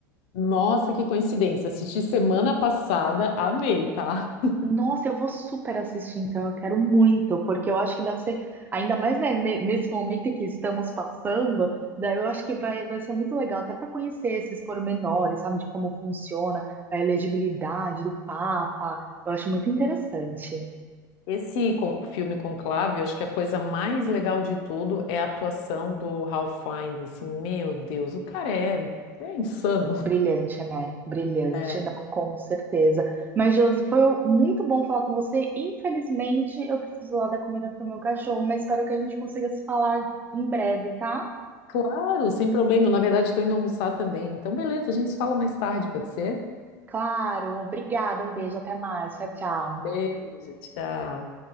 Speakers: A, on the left (about 60°); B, on the right (about 20°).
A: Nossa, que coincidência! Assisti semana passada, amei, tá?
B: Nossa, eu vou super assistir, então. Eu quero muito, porque eu acho que deve ser, ainda mais, né, ne- nesse momento em que estamos passando, daí eu acho que vai, vai ser muito legal, até para conhecer esses pormenores, sabe, de como funciona a elegibilidade do Papa. Eu acho muito interessante.
A: Esse con- filme Conclave, eu acho que a coisa mais legal de tudo é a atuação do Ralph Fiennes, assim, meu Deus, o cara é, é insano.
B: Brilhante, né? Brilhante,
A: É,
B: não, com certeza. Mas, Josi, foi muito bom falar com você. Infelizmente, eu preciso lá dar comida para o meu cachorro, mas espero que a gente consiga se falar em breve, tá?
A: claro, sem problema, eu na verdade estou indo almoçar também, então beleza, a gente se fala mais tarde, pode ser?
B: Claro, obrigada, um beijo, até mais, tchau, tchau.
A: Beijo, tchau.